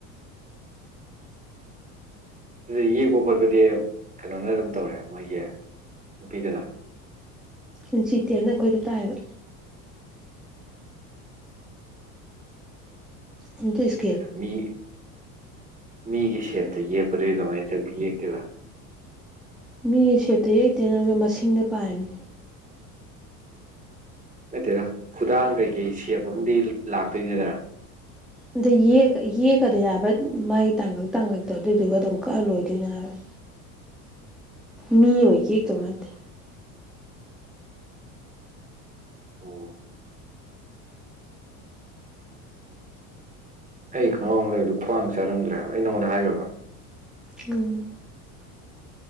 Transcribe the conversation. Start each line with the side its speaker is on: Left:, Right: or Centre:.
Right: ꯑꯗꯨ ꯌꯦꯛꯄ ꯈꯣꯠꯄꯗꯤ ꯀꯩꯅꯣꯅ ꯑꯗꯨꯝ ꯇꯧꯔꯦ ꯃꯣꯏꯒꯤ ꯅꯨꯄꯤꯗꯨꯅ
Centre: ꯏꯟꯆꯦ ꯇꯥꯞꯅ ꯑꯩꯈꯣꯏꯗ ꯇꯥꯛꯏꯕ ꯑꯗꯨ ꯑꫭꯏꯁꯨ
Right: ꯃꯤ ꯃꯤꯒꯤ ꯁꯦꯞꯇ ꯌꯦꯛꯄꯗꯤ ꯀꯃꯥꯏꯅ ꯇꯧꯒꯦ ꯌꯦꯛꯇꯨꯏꯕ
Centre: ꯃꯤ ꯁꯦꯞꯇ ꯌꯦꯛꯇꯦ ꯅꯪꯖꯨ ꯃꯁꯤꯡꯗ ꯄꯥꯏꯅꯤ
Right: ꯅꯠꯇꯦꯗ ꯈꯨꯗꯥꯡ ꯀꯩꯀꯩ ꯁꯦꯞ ꯑꯃꯗꯤ ꯂꯥꯛꯇꯣꯏꯅꯦꯗꯅ
Centre: ꯑꯗꯥ ꯌꯦꯛꯀ ꯌꯦꯛꯀꯗꯣꯏꯅꯦ ꯍꯥꯏꯕ ꯃꯥꯒꯤ ꯇꯥꯡꯀꯛ ꯇꯥꯡꯀꯛꯇꯣ ꯑꯗꯨꯏꯗꯨꯒ ꯑꯗꯨꯝ ꯀꯛꯑ ꯂꯣꯏꯗꯣꯅꯦ ꯍꯥꯏꯕ
Right: <inaudible>
Centre: ꯃꯤ ꯑꯣꯏ ꯌꯦꯛꯇꯧ ꯅꯠꯇꯦ
Right: ꯑꯣ ꯑꯩ ꯈꯪꯉꯥꯎ ꯑꯃ ꯂꯩꯕꯗꯨ ꯈ꯭ꯋꯥꯡ ꯆꯔꯝꯗ꯭ꯔꯦꯕ ꯑꯩ ꯅꯉꯣꯟꯗ ꯍꯥꯏꯈ꯭ꯔꯥꯕ
Centre: ꯎꯝ